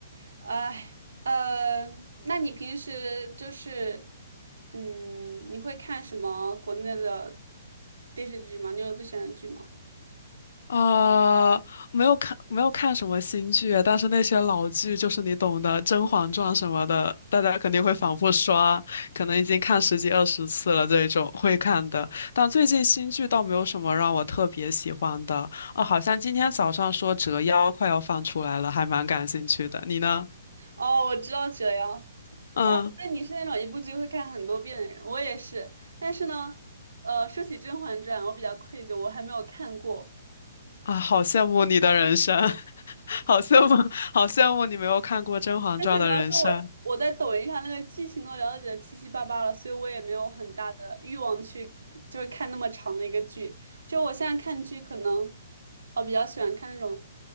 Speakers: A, on the right (about 80°); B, on the left (about 65°).
A: 哎，呃，那你平时就是，嗯，你会看什么国内的电视剧吗？你有最喜欢的剧吗？
B: 呃，没有看没有看什么新剧，但是那些老剧就是你懂的，《甄嬛传》什么的，大家肯定会反复刷，可能已经看十几二十次了这种会看的。但最近新剧倒没有什么让我特别喜欢的哦，好像今天早上说《折腰》快要放出来了，还蛮感兴趣的。你呢？
A: 哦，我知道这样。
B: 嗯
A: 哦，那你是那种一部剧会看很多遍的人，我也是。但是呢，呃，说起《甄嬛传》，我比较愧疚，我还没有看过。
B: 啊，好羡慕你的人生，<laughs> 好羡慕，好羡慕你没有看过《甄嬛传》的人生，
A: 但是主要是我我在抖音上那个剧情都了解的七七八八了，所以我也没有很大的欲望去就是看那么长的一个剧。就我现在看剧，可能呃比较喜欢看那种